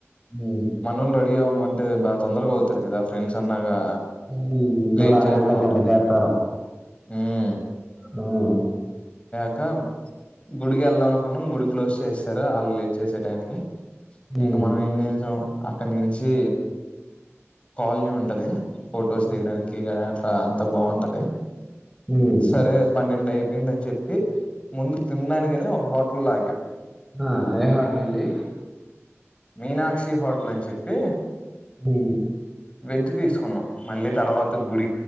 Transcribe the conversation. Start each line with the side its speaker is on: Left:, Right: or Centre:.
Centre: హ్మ్.
Left: మనోళ్లు రెడీ అవ్వమం అంటే బా తొందరగా అవుతారు కదా ఫ్రెండ్స్ అన్నాగా
Centre: ఉహ్ ముగ్గురు
Left: లేట్
Centre: అరగంట
Left: చేయకుండా
Centre: గంట
Left: ఉంటాం
Centre: చేస్తారు
Left: ఉమ్
Centre: హ్మ్
Left: ఇంకా గుడికి వెళ్దాం అనుకున్నాం గుడి క్లోజ్ చేసేసరు వాళ్ళలేట్ చేసే టయానికి
Centre: హ్మ్.
Left: ఇంక మనం ఎంచేసామ్ అక్కడ నుంచి కాలనీ ఉంటది ఫో
Centre: హ్మ్.
Left: చేయడానికి ఆ అంత బాగుంటది
Centre: హ్మ్.
Left: సరే పన్నెండు అయిపోయిందని చెప్పి ముందు తినడానికనే ఒక హోటలో ఆగాం
Centre: ఆ! ఏ హోటలండి?
Left: మీనాక్షి హోటల్ అని చెప్పి
Centre: హ్మ్.
Left: వెజ్ తీసుకున్నాం తర్వాత గుడి